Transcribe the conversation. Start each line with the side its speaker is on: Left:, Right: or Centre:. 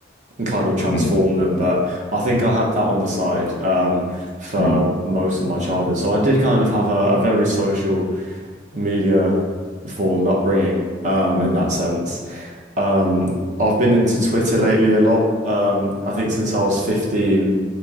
Right: and kind of transform
Left: mm,
Right: them. But I think I had that on the side um, for
Left: mm,
Right: most of my childhood. So I did kind of have a, a very social media formed upbringing um,
Left: mm,
Right: in that sense. Um, I've been into Twitter lately a lot. Um, I think since I was 15